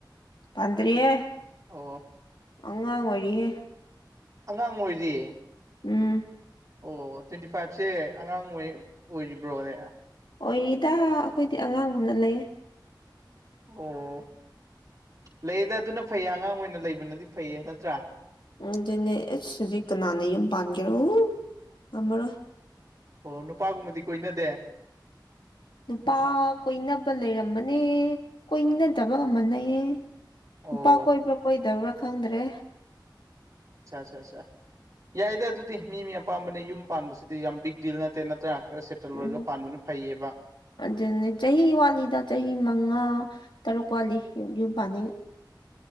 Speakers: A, on the left; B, on the right.
A: ꯄꯥꯟꯗ꯭ꯔꯤꯍꯦ
B: ꯑꯣ
A: ꯑꯉꯥꯡ ꯑꯣꯏꯔꯤꯍꯦ
B: ꯑꯉꯥꯡ ꯑꯣꯏꯔꯤ
A: ꯎꯝ
B: ꯑꯣ ꯇ꯭ꯋꯦꯟꯇꯤ ꯐꯥꯏꯚꯁꯦ ꯑꯉꯥꯡꯉꯩ ꯑꯣꯏꯔꯤꯕ꯭ꯔꯣꯅꯦ
A: ꯑꯣꯏꯔꯤꯗ ꯑꯩꯈꯣꯏꯗꯤ ꯑꯉꯥꯡꯒꯨꯝꯅ ꯂꯩ
B: ꯑꯣ ꯂꯩꯌꯦꯗ ꯑꯗꯨꯅ ꯐꯩꯌꯦ ꯑꯉꯥꯡ ꯑꯣꯏꯅ ꯂꯩꯕꯅꯗꯤ ꯐꯩꯌꯦ ꯅꯠꯇ꯭ꯔꯥ
A: ꯑꯗꯨꯅꯦ ꯑꯦꯁ ꯍꯧꯖꯤꯛ ꯀꯅꯥꯅ ꯌꯨꯝ ꯄꯥꯟꯒꯦꯔꯣ ꯊꯃꯔꯣꯏ꯫
B: ꯑꯣ ꯅꯨꯄꯥꯒꯨꯝꯕꯗꯤ ꯀꯣꯏꯅꯗꯦ
A: ꯅꯨꯄꯥ ꯀꯣꯏꯅꯕ ꯂꯩꯔꯝꯕꯅꯦ ꯀꯣꯏꯅꯗꯕꯒꯨꯝꯕꯅꯦ
B: ꯑꯣ
A: ꯅꯨꯄꯥ ꯀꯣꯏꯕ꯭ꯔꯥ ꯀꯣꯏꯗꯕ꯭ꯔꯥ ꯈꯪꯗ꯭ꯔꯦ
B: ꯑꯠꯆꯥ ꯑꯆꯥ ꯑꯆꯥ ꯌꯥꯏꯗ ꯑꯗꯨꯗꯤ ꯃꯤ ꯃꯤ ꯑꯄꯥꯝꯕꯅꯤ ꯌꯨꯝ ꯄꯥꯟꯕꯁꯤꯗꯤ ꯌꯥꯝ ꯕꯤꯛ ꯗꯤꯜ ꯅꯠꯇꯦ ꯅꯠꯇ꯭ꯔꯥ ꯈꯔ ꯁꯦꯞꯇꯦꯝꯕꯔꯗ
A: ꯎꯝ
B: ꯄꯥꯟꯕꯅ ꯐꯩꯌꯦꯕ
A: ꯑꯗꯨꯅꯦ ꯆꯍꯤ ꯋꯥꯠꯂꯤꯗ ꯆꯍꯤ ꯃꯉꯥ ꯇꯔꯨꯛ ꯋꯥꯠꯂꯤ ꯌꯨꯝ ꯄꯥꯅꯤ